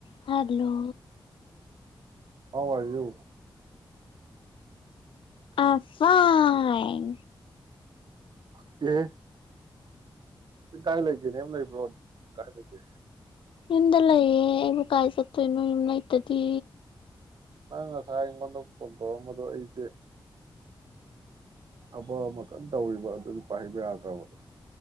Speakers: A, on the left; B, on the right.
A: hello
B: how are you
A: am ꯐꯥꯏꯟ
B: <unintelligible> ꯅꯪ ꯀꯥꯏ ꯂꯩꯒꯦꯅꯦ ꯅꯌꯨꯝ ꯂꯩꯕ꯭ꯔꯣ ꯀꯥꯏ ꯂꯩꯒꯦ
A: ꯌꯨꯝꯗ ꯂꯩꯌꯦ ꯑꯩꯕꯨ ꯀꯥꯏ ꯆꯠꯇꯣꯏꯅꯣ ꯌꯨꯝ ꯂꯩꯇꯗꯤ
B: ꯅꯪ ꯉꯁꯥꯏ ꯑꯩꯉꯣꯟꯗ ꯐꯣꯟ ꯇꯧꯔꯛꯑꯝꯕꯗꯣ ꯑꯩꯁꯦ ꯊꯕꯛ ꯑꯃ ꯀꯟꯅ ꯇꯧꯔꯤꯕ ꯑꯗꯨꯒꯤ ꯄꯥꯏꯕ ꯌꯥꯗ꯭ꯔꯕ